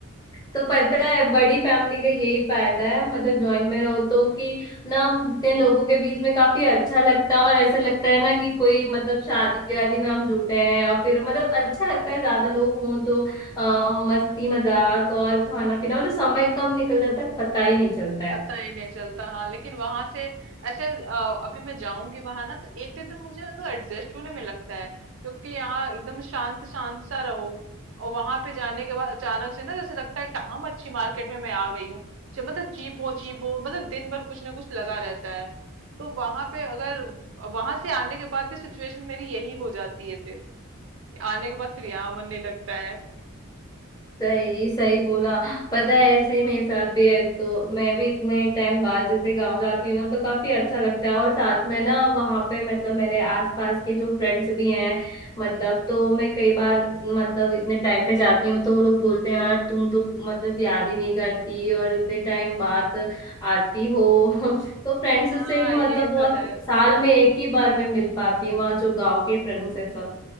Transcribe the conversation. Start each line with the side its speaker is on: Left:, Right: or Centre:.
Left: तो पता है बड़ी फैमिली का यही फायदा है मतलब ज्वाइंट में रहो तो कि ना इतने लोगों के बीच में काफी अच्छा लगता है और ऐसा लगता है ना कि कोई मतलब शादी वादी में हम जुटे हैं और फिर मतलब अच्छा लगता है ज्यादा लोग हों तो अ, मस्ती मजाक और खाना पीना मतलब समय कम निकल जाता है पता ही नहीं चलता
Right: पता ही नहीं चलता हाँ लेकिन वहां से ऐसे अ, अभी मैं जाऊंगी वहां ना तो एक दो दिन मुझे तो एडजस्ट होने में लगता है क्योंकि यहाँ एकदम शांत शांत सा रहो और वहां पे जाने के बाद अचानक से ना जैसे लगता है कि हाँ मच्छी मार्केट में मैं आ गई हूँ जब मतलब चीपो चीपो मतलब दिन भर कुछ ना कुछ लगा रहता है तो वहां पे अगर वहां से आने के बाद भी सिचुएशन मेरी यही हो जाती है फिर कि आने के बाद फिर यहाँ मन नहीं लगता है
Left: सही सही बोला पता है ऐसे ही मेरे साथ भी है तो मैं भी इतने टाइम बाद जैसे गांव जाती हूँ ना तो काफी अच्छा लगता है और साथ में ना वहां पे मतलब मेरे आसपास के जो फ्रेंड्स भी हैं मतलब तो मैं कई बार मतलब इतने टाइम पे जाती हूँ तो वो लोग बोलते हैं यार तुम तो मतलब याद ही नहीं करती और इतने टाइम बाद आती हो <laughs> तो फ्रेंड्स
Right: हाँ
Left: से भी मतलब
Right: ये तो
Left: बहुत
Right: है
Left: साल में एक ही बार मैं मिल पाती हूँ वहाँ जो गाँव के फ्रेंड्स है सब